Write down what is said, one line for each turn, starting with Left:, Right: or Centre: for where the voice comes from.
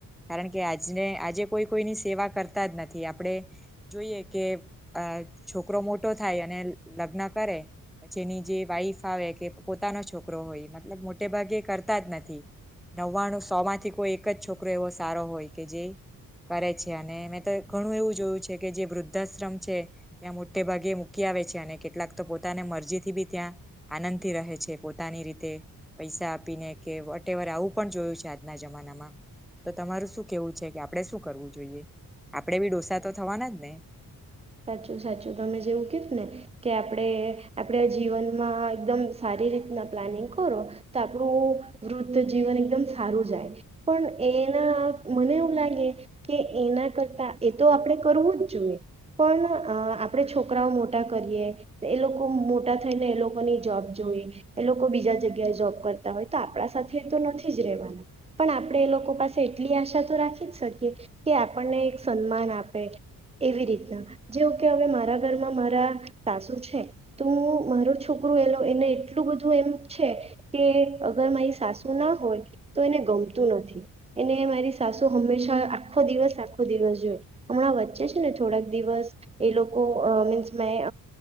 Centre: કારણ કે આજને આજે કોઈ કોઈની સેવા કરતા જ નથી આપણે જોઈએ કે છોકરો મોટો થાય અને લગ્ન કરે પછી એની જે વાઈફ આવે કે પોતાનો છોકરો હોય મતલબ મોટે ભાગે કરતા જ નથી નવ્વાણું સો માંથી કોઈ એક જ છોક એવો સારો હોય કે જે કરે છે અને મેં તો ઘણું એવું જોયું છે કે જે વૃદ્ધાશ્રમ છે ત્યાં મોટે ભાગે મૂકી આવે છે અને કેટલાક તો પોતાને મરજી થી બી ત્યાં આનંદથી રહે છે પોતાની રીતે પૈસા આપીને કે વટેવર આવું પણ જોયું છે આજના જમાનામાં તો તમારું શું કેવું છે કે આપડણે શું કરવું જોઈએ આપડે બી ડઢોસા તો થવાના જ ને
Right: સાચું સાચું તમે જેવું કીધું ને કે આપણે આપણે જીવનમાં એકદમ સારી રીતના પ્લાનિંગ કરો તો આપણું વૃદ્ધ જીવન એકદમ સારું જાય પણ એના મને એવું લાગે કે એના કરતા એ તો આપણે કરવું જ જોઈએ પણ આપણે છોકરાઓ મોટા કરીએ એ લોકો મોટા થઈને એ લોકોની જોબ જોઈએ એ લોકો બીજા જગ્યાએ જોબ કરતા હોય તો આપણા સાથે એ તો નથી જ રહેવાના પણ આપણે એ લોકો પાસે એટલી આશા તો રાખી જ શકીએ કે આપણને એક સન્માન આપે એવી રીતના જેવ કે હવે મારા ઘરમાં મારા સાસુ છે તો હું મારો છોકરું એલો એને એટલું બધું એમ છે કે અગર મારી સાસુ ના હોય તો એને ગમતું નથી એને મારી સાસુ હંમેશા આખો દિવસ આખો દિવસ જોય હમણાં વચ્ચે છે ને થોડાક એ લોકો મીસ મે